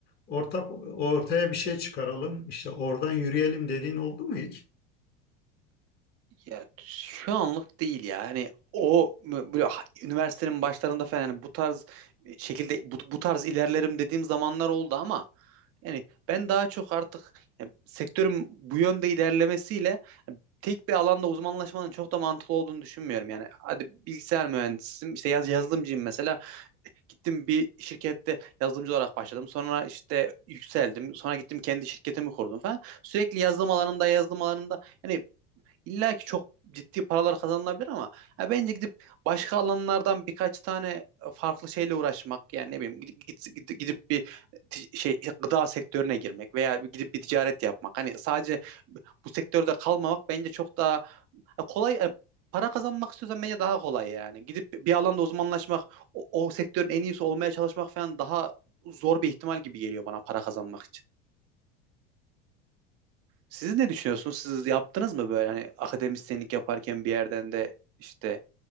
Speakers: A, on the left (about 30°); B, on the right (about 50°).
A: Ortak ortaya bir şey çıkaralım. işte oradan yürüyelim dediğin oldu mu hiç?
B: Ya şu anlık değil ya. Hani o m- böyle ha- üniversitenin başlarında falan hani bu tarz şekilde bu, bu tarz ilerlerim dediğim zamanlar oldu ama yani ben daha çok artık yani sektörün bu yönde ilerlemesiyle yani tek bir alanda uzmanlaşmanın çok da mantıklı olduğunu düşünmüyorum. Yani hadi bilgisayar mühendisiyim işte yaz, yazılımcıyım mesela gittim bir şirkette yazılımcı olarak başladım sonra işte yükseldim sonra gittim kendi şirketimi kurdum falan sürekli yazılım alanında yazılım alanında yani İlla ki çok ciddi paralar kazanılabilir ama ya bence gidip başka alanlardan birkaç tane e, farklı şeyle uğraşmak yani ne bileyim gidip, gidip, gidip bir ti- şey gıda sektörüne girmek veya bir gidip bir ticaret yapmak. Hani sadece bu sektörde kalmamak bence çok daha ya kolay yani para kazanmak istiyorsan bence daha kolay yani. Gidip bir alanda uzmanlaşmak, o, o sektörün en iyisi olmaya çalışmak falan daha zor bir ihtimal gibi geliyor bana para kazanmak için. Siz ne düşünüyorsunuz? Siz yaptınız mı böyle hani akademisyenlik yaparken bir yerden de işte